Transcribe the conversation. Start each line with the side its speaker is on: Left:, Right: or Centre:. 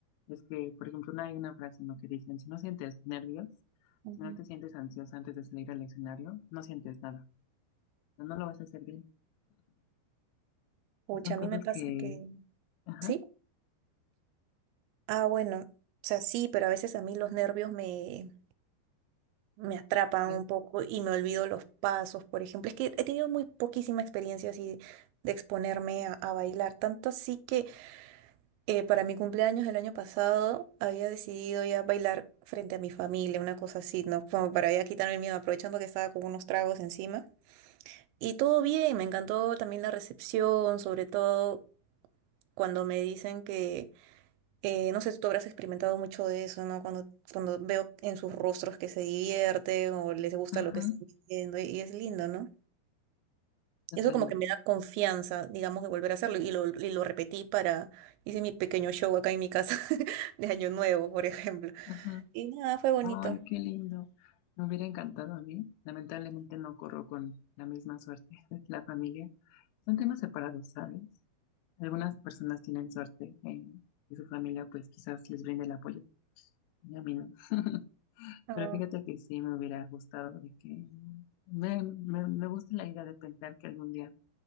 Left: Es que, por ejemplo, una- hay una frase, ¿no? Que dicen, si no sientes nervios,
Right: ujú.
Left: si no te sientes ansiosa antes de salir al escenario, no sientes nada, no no lo vas a hacer bien.
Right: Pucha,
Left: Son cosas
Right: a mí me pasa
Left: que,
Right: que...
Left: ajá,
Right: ¿Sí? Ah, bueno, o sea, sí, pero a veces a mí los nervios me, me atrapan
Left: de-
Right: un poco y me olvido los pasos, por ejemplo. Es que he tenido muy poquísima experiencia así de exponerme a, a bailar, tanto así que... Eh, para mi cumpleaños del año pasado había decidido ya bailar frente a mi familia, una cosa así, ¿no? Como para ya quitarme el miedo, aprovechando que estaba con unos tragos encima. Y todo bien, me encantó también la recepción, sobre todo cuando me dicen que, eh, no sé, tú habrás experimentado mucho de eso, ¿no? Cuando, cuando veo en sus rostros que se divierten o les gusta
Left: ujú,
Right: lo que están haciendo y, y es lindo, ¿no?
Left: totalmente.
Right: Y eso como que me da confianza, digamos, de volver a hacerlo. Y lo, y lo repetí para, hice mi pequeño show acá en mi casa <laughs> de Año Nuevo, por ejemplo.
Left: ujú.
Right: Y nada, fue bonito.
Left: Ay, qué lindo. Me hubiera encantado a mí. Lamentablemente no corro con la misma suerte. <laughs> La familia. Son temas separados, ¿sabes? Algunas personas tienen suerte en que su familia pues quizás les brinde el apoyo. Y a mí no. <laughs>
Right: Ah,
Left: Pero fíjate que sí me hubiera gustado de que me, me, me gusta la idea de pensar que algún día,